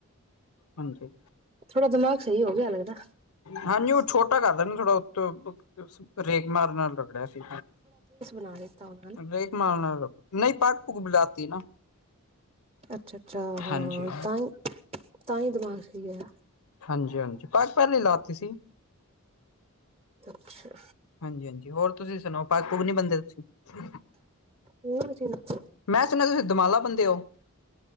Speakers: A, on the left (about 80°); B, on the right (about 25°).
A: ਹਾਂਜੀ।
B: ਥੋੜਾ ਦਿਮਾਗ ਸਹੀ ਹੋ ਗਿਆ ਲੱਗਦਾ।
A: ਹਾਂਜੀ ਉਹ ਛੋਟਾ ਕਰਦਾ ਨੀ ਥੋੜਾ ਉਤੋਂ। ਰੇਕ ਮਾਰ ਨਾਲ ਰਗੜਿਆ ਸੀ।
B: ਨਾਲੇ ਤਾਂ ਹੋਨਾਂ।
A: ਰੇਕ ਮਾਰਨ ਨਾਲ ਨਹੀਂ ਪੱਗ ਪੂਗ ਬੁਲਾਤੀ ਨਾ।
B: ਅੱਛਾ ਅੱਛਾ ਹਾਂ
A: ਹਾਂਜੀ
B: ਤਾਂਹੀ ਤਾਂ ਹੀ ਦਿਮਾਗ ਸਹੀ ਹੈ।
A: ਹਾਂਜੀ ਹਾਂਜੀ ਪਗ ਪਹਿਲਾ ਲਾ ਤੀ ਸੀ।
B: ਅੱਛਾ।
A: ਹਾਂਜੀ ਹਾਂਜੀ ਹੋਰ ਤੁਸੀਂ ਸੁਣਾਓ ਪਹ ਪੂਗ ਨੀ ਬੰਦੇ ਤੁਸੀਂ। ਪੱਗ
B: ਨਹੀਂ ਕੁਛ।
A: ਮੈਂ ਸੁਣਿਆ ਤੁਸੀਂ ਦਮਾਲਾ ਬੰ ਦੇ ਹੋ।